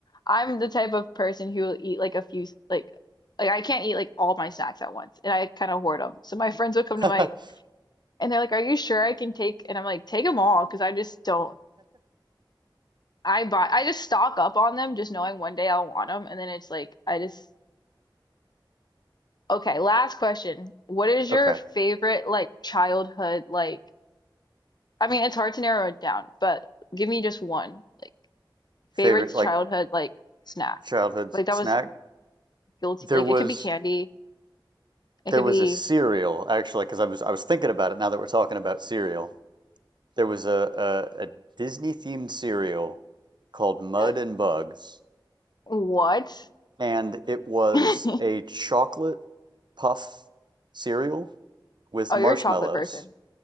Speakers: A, on the left (about 55°); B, on the right (about 60°).
A: I'm the type of person who will eat like a few s- like like I can't eat like all my snacks at once, and I kind of hoard them. So my friends would come
B: <laughs>
A: to my and they're like, "Are you sure I can take?" And I'm like, "Take them all," because I just don't. I buy I just stock up on them, just knowing one day I'll want them, and then it's like I just Okay, last question. What is
B: Okay.
A: your favorite like childhood like I mean it's hard to narrow it down, but give me just one. Like
B: Favorite
A: favorite
B: like
A: childhood like snack.
B: childhood
A: Like that
B: snack?
A: was guilty.
B: There
A: Like
B: was
A: it could be candy. It
B: there
A: could
B: was
A: be
B: a cereal actually because I was I was thinking about it now that we're talking about cereal. There was a a, a Disney themed cereal called Mud
A: <laughs>
B: and Bugs,
A: what?
B: and it was
A: <laughs>
B: a chocolate puff cereal with
A: Oh,
B: marshmallows.
A: you're a chocolate person.